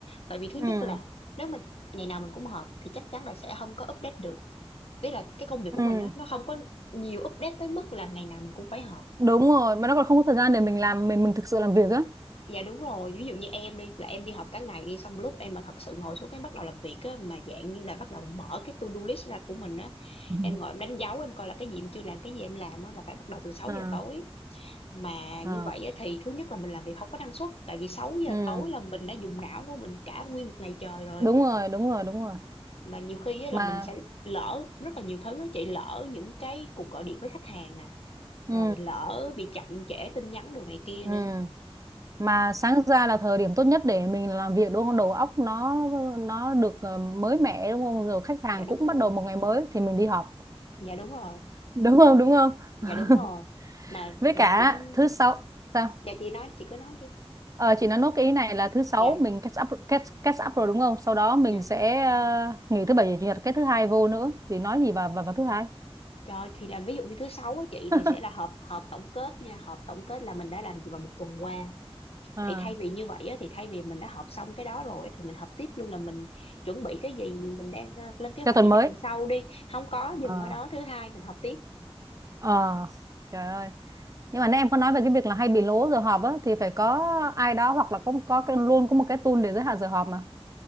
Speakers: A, on the left (about 70°); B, on the right (about 35°).
A: Tại vì thứ
B: ừ
A: nhất là nếu mình ngày nào mình cũng họp thì chắc chắn là sẽ không có update được. Tức là cái công việc của
B: ừ
A: mình á nó không có nhiều update tới mức là ngày nào mình cũng phải họp.
B: Đúng rồi, mà nó còn không có thời gian để mình làm mình mình thực sự làm việc á.
A: dạ đúng rồi ví dụ như em đi là em đi họp cả ngày đi xong lúc em mà thật sự ngồi xuống cái bắt đầu làm việc á mà dạng như là bắt đầu mở cái to-do list ra của mình á
B: ừ
A: em ngồi em đánh dấu em coi là cái gì em chưa làm cái gì em làm á là phải bắt đầu từ sáu
B: À,
A: giờ tối mà như
B: ờ,
A: vậy á, thì thứ nhất là mình làm việc không có năng suất tại vì sáu giờ
B: ừ
A: tối là mình đã dùng não của mình cả nguyên một ngày trời rồi
B: đúng rồi, đúng rồi, đúng rồi.
A: mà nhiều khi á, là
B: Mà
A: mình sẽ lỡ rất là nhiều thứ á chị lỡ những cái cuộc gọi điện với khách hàng nè
B: ừ,
A: rồi lỡ bị chậm trễ tin nhắn đồ này kia
B: ừ,
A: nữa
B: mà sáng ra là thời điểm tốt nhất để mình làm việc đúng không? Đầu óc nó nó được ờ, mới mẻ đúng không? Rồi khách hàng
A: dạ đúng
B: cũng bắt
A: rồi
B: đầu một ngày mới thì mình đi họp
A: dạ đúng rồi
B: Đúng không? Đúng không?
A: dạ
B: <laughs>
A: đúng rồi mà
B: Với
A: mà
B: cả
A: cũng
B: thứ sáu sao
A: dạ chị nói chị cứ nói đi
B: Ờ, chị nói nốt cái ý này là thứ sáu
A: dạ
B: mình catch up catch, catch up rồi đúng không? Sau đó mình
A: Dạ.
B: sẽ ờ, nghỉ thứ bảy và chủ nhật cái thứ hai vô nữa thì nói gì vào vào, vào thứ hai.
A: Trời thì là ví dụ như thứ sáu á chị
B: <laughs>
A: thì sẽ là họp họp tổng kết nha, họp tổng kết là mình đã làm gì vào một tuần qua.
B: Ờ,
A: Thì thay vì như vậy á thì thay vì mình đã họp xong cái đó rồi thì mình họp tiếp luôn là mình chuẩn bị cái gì mình đang ờ, lên kế hoạch
B: cho tuần
A: gì
B: mới.
A: cho tuần sau đi. Không có
B: Ờ,
A: dừng ở đó thứ hai mình họp tiếp.
B: ờ, trời ơi. Nhưng mà nãy em có nói về cái việc là hay bị lố giờ họp á thì phải có ai đó hoặc là có có cái, luôn có một cái tool để giới hạn giờ họp mà.